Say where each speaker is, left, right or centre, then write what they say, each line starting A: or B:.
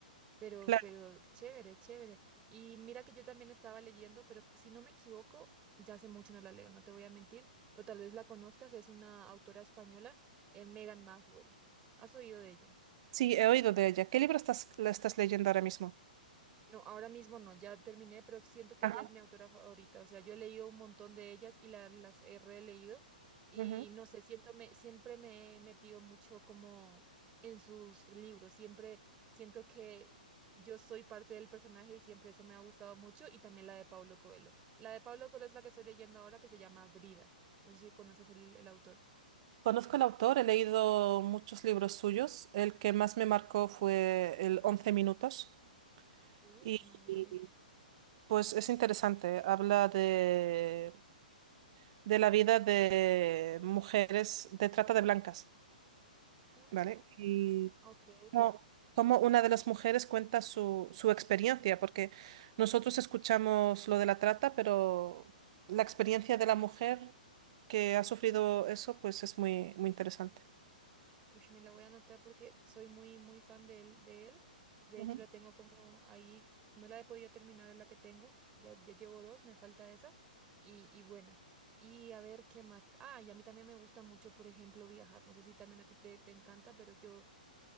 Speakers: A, on the right (about 20°); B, on the right (about 45°).
A: Pero,
B: Claro,
A: pero chévere, chévere. Y mira que yo también estaba leyendo, pero si no me equivoco, ya hace mucho no la leo, no te voy a mentir, pero tal vez la conozcas, es una autora española, eh, Megan Maswell. ¿Has oído de ella?
B: sí, he oído de ella. ¿Qué libro estás, la estás leyendo ahora mismo?
A: No, ahora mismo no, ya terminé, pero siento que
B: Ajá.
A: ella es mi autora favorita. O sea, yo he leído un montón de ellas y la- las he releído y
B: Ujú.
A: no sé, siento me, siempre me he metido mucho como en sus libros. Siempre siento que yo soy parte del personaje y siempre eso me ha gustado mucho y también la de Paulo Coelho. La de Paulo Coelho es la que estoy leyendo ahora que se llama Brida. No sé si conoces el, el autor.
B: Conozco al autor, he leído muchos libros suyos. El que más me marcó fue el once minutos
A: Uf,
B: y
A: no había
B: y,
A: oído.
B: pues es interesante. Habla de, de la vida de mujeres de trata de blancas,
A: Ah,
B: ¿vale? Y
A: ok.
B: como cómo una de las mujeres cuenta su, su experiencia, porque nosotros escuchamos lo de la trata, pero la experiencia de la mujer que ha sufrido eso, pues es muy, muy interesante.
A: Uy, me la voy a anotar porque soy muy, muy fan de él, de él. De
B: Ujú.
A: hecho, la tengo como ahí, no la he podido terminar la que tengo. Ya, ya llevo dos, me falta esa y, y buena. Y a ver qué más. Ah, y a mí también me gusta mucho, por ejemplo, viajar. No sé si también a ti te, te encanta, pero yo,